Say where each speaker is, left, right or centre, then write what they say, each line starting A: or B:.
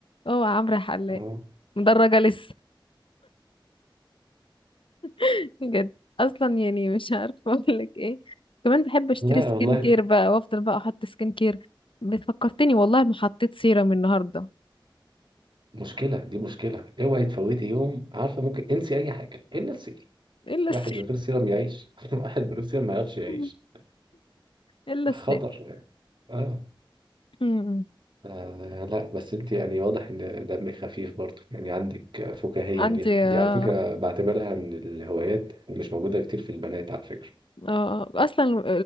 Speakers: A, on the left; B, on the right.
A: هو عمرو حلاق
B: آه.
A: مدرجه لسه <laughs> بجد اصلا يعني مش عارفه <laughs> اقول لك ايه كمان بحب اشتري
B: لا
A: سكين
B: والله
A: كير بقى وافضل بقى احط سكين كير بتفكرتني والله ما حطيت سيرم النهارده
B: مشكلة دي مشكلة اوعي تفوتي يوم عارفة ممكن انسي أي حاجة إلا السيرم
A: الا
B: واحد
A: السيرم
B: من غير سيرم يعيش <laughs> واحد من غير سيرم ما يعرفش يعيش
A: <laughs> الا
B: خطر
A: السيرم
B: يعني آه.
A: أمم.
B: آه لا بس انت يعني واضح ان دمك خفيف برضه يعني عندك فكاهية
A: عندي
B: كده دي
A: اه
B: على فكرة بعتبرها من الهوايات ومش موجودة كتير في البنات على فكرة
A: اه آه. اصلا